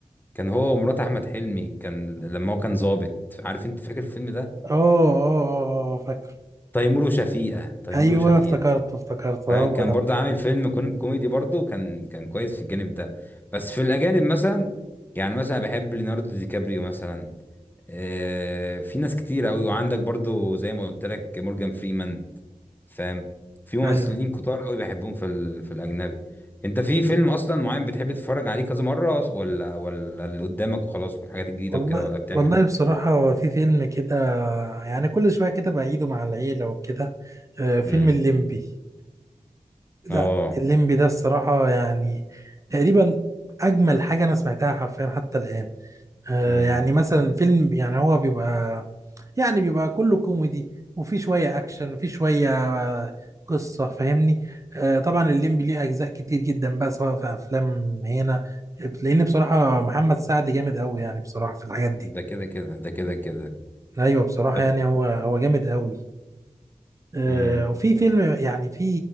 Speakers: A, on the left (about 15°); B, on the right (about 25°).
A: كان هو ومرات احمد حلمي كان لما هو كان ظابط عارف انت فاكر الفيلم ده
B: أه أه أه أه، فاكر
A: تيمور وشفيقه تيمور
B: أيوه
A: وشفيقه
B: افتكرته افتكرته
A: فاهم
B: هو
A: كان
B: ده
A: برضه عامل فيلم كوم- كوميدي برضه كان كان كويس في الجانب ده بس في الأجانب مثلا يعني مثلا بحب ليوناردو دي كابريو مثلا آه في ناس كتير أوي وعندك برضه زي ما قلت لك مورجان فريمان فاهم في ممثلين
B: أيوه
A: كتار أوي بحبهم في ال... في الأجنبي أنت في فيلم أصلا معين بتحب تتفرج عليه كذا مرة ولا ولا اللي قدامك وخلاص والحاجات الجديدة
B: والله
A: وكده ولا بتعمل
B: والله
A: إيه؟
B: بصراحة هو في فيلم كده يعني كل شوية كده بعيده مع العيلة وكده آه، فيلم
A: امم
B: الليمبي ده
A: اه
B: الليمبي ده الصراحة يعني تقريبا أجمل حاجة أنا سمعتها حرفيا حتى الآن آه
A: امم
B: يعني مثلا فيلم يعني هو بيبقى يعني بيبقى كله كوميدي وفي شوية أكشن وفي شوية آه قصة فاهمني آه طبعا الليمبي ليه أجزاء كتير جدا بقى سواء في أفلام هنا لأن بصراحة محمد سعد جامد أوي يعني بصراحة في الحاجات دي
A: ده كده كده ده كده كده
B: أيوه بصراحة
A: طب
B: يعني هو هو جامد أوي آه
A: مم.
B: وفي فيلم يعني في